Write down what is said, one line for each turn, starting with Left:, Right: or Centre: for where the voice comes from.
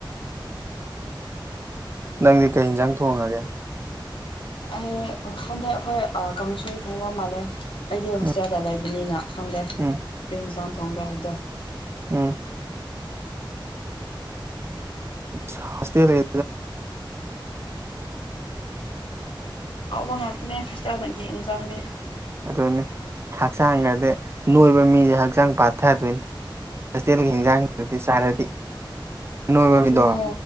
Right: ꯅꯪꯗꯤ ꯀꯩ ꯌꯦꯟꯖꯥꯡ ꯊꯣꯡꯉꯒꯦ
Left: ꯑꯩ ꯈꯪꯗꯩ ꯑꯩꯈꯣꯏ ꯀꯥꯡꯁꯣꯏ ꯊꯣꯡꯕ ꯃꯥꯜꯂꯦ ꯑꯩꯗꯤ ꯍꯣꯁꯇꯦꯜꯗ
Right: ꯎꯝ
Left: ꯂꯩꯕꯅꯤꯅ ꯈꯪꯗꯦ
Right: ꯎꯝ
Left: ꯏꯦꯡ ꯏꯟꯁꯥꯡ ꯊꯣꯡꯕ꯭ꯔꯥ ꯍꯥꯏꯕꯗꯣ
Right: ꯎꯝ ꯇꯖꯒꯦ
Left: ꯍꯥꯎꯕ ꯉꯥꯛꯇꯅꯦ ꯁꯤꯁꯇꯔꯗ ꯌꯦ ꯌꯦꯟ ꯆꯪꯗꯦ
Right: ꯑꯗꯨꯅꯦ ꯍꯛꯆꯥꯡꯒꯗꯤ ꯅꯣꯏꯕ ꯃꯤꯁꯦ ꯍꯛꯆꯥꯡ ꯄꯥꯊꯗꯣꯏꯅꯤ ꯍꯣꯁꯇꯦꯜꯒꯤꯖꯥꯡꯗꯤ ꯁꯔꯗꯤ ꯑꯅꯣꯏꯕꯒꯤꯗꯣ
Left: ꯑꯗꯨꯅꯦ